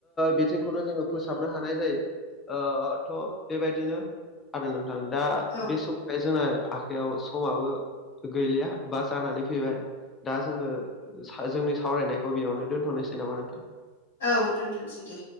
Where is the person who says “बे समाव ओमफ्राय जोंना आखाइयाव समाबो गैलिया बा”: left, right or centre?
Left